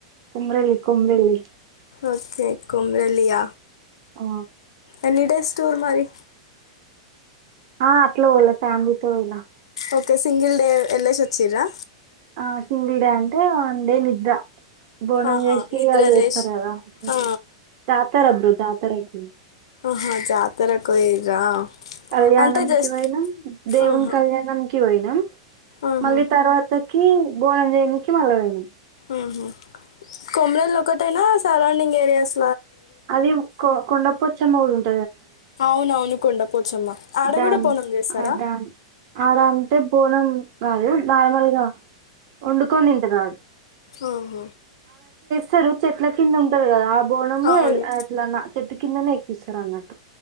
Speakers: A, on the right; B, on the left.
A: కుమరెల్లి కుమరెల్లి
B: ఓకే కొమురెల్లియ
A: అ
B: ఎన్ని డేస్ టూర్ మరి
A: ఆ అట్లా పోలే ఫ్యామిలీతో పోయినా
B: ఓకే సింగిల్ డే ఎల్లేసొచిర్ర
A: ఆ సింగిల్ డే అంటే వన్ డే నిద్ర. బోనాం
B: ఆహా
A: వేసి
B: నిద్ర
A: అవి చేస్తారు
B: చేసి
A: కద <unintelligible>
B: ఆ,
A: దాతరైకి
B: ఆహా జాతరకు పోయిర్రా
A: కళ్యాణం
B: అంటే జస్ట్
A: కి వోయినం దేవున్
B: ఆహా
A: కళ్యాణంకి కి పోయినం
B: ఆహా
A: మళ్ళీ తర్వాతకి బోనం జేయనికి మళ్ళ పోయినం
B: ఆహా కొమురెల్లి ఒకటేనా సరౌండింగ్ ఏరియాస్
A: అది కొ కొండ పొచ్చమ్మ కుడా
B: అవునవును కుండం పోచ్చమ్మా ఆడ
A: డామ్
B: కూడా బోనం చేస్తారా
A: ఆ డామ్ ఆడ అంటే పోనం కాదు నార్మల్గా, వండుకొని తింటరు ఆడు
B: ఆహ
A: సరు చెట్ల కింద ఉంటది కదా బోనం
B: అవును
A: ఎల్ ఎట్లా నా ఇ కిందనే ఎకస్తార్ అన్నట్టు